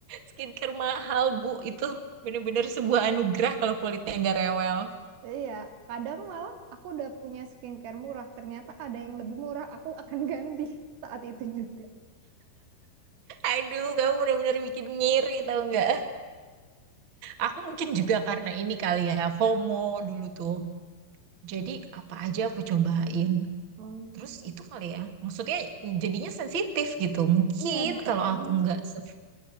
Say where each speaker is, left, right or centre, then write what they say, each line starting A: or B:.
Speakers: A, on the right (about 50°); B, on the right (about 85°).
A: Skincare mahal, Bu. Itu bener-bener sebuah anugerah kalau kulitnya nggak rewel.
B: Iya, kadang malah aku udah punya skincare murah, ternyata ada yang lebih murah, aku akan ganti <laughs> saat itu juga.
A: Aduh, kamu bener-bener bikin ngiri tau nggak? Aku mungkin juga karena ini kali ya, FOMO dulu tuh. Jadi apa aja aku cobain.
B: Hmm,
A: Terus itu kali ya, maksudnya jadinya sensitif gitu. Mungkin
B: iya bisa
A: kalau
B: jadi.
A: aku nggak, se-